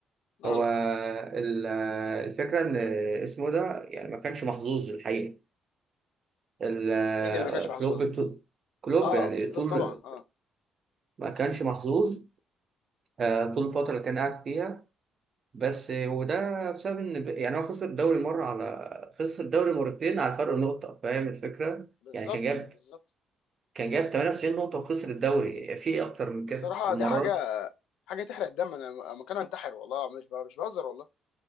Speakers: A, on the left; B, on the right.
A: امم
B: هو ال- آه، الفكره ان اسمه ده يعني ما كانش محظوظ الحقيقه ال- آه،
A: مين اللي ما كانش
B: كلوب
A: محظوظ؟
B: طول- كلوب
A: اه
B: يعني
A: كلوب
B: طول
A: طبعا اه
B: ما كانش محظوظ آه، طول الفتره اللي كان قاعد فيها بس وده بسبب ان ب- يعني هو خسر الدوري مره على خسر الدوري مرتين على فرق نقطه فاهم الفكره
A: بالظبط
B: يعني كان جاب
A: بالظبط
B: كان جاب 98
A: ب-
B: نقطه وخسر الدوري في ايه اكتر من كده
A: بصراحه
B: المره
A: دي حاجه
B: دي
A: حاجه تحرق الدم انا مكان انتحر والله مش ب- مش بهزر والله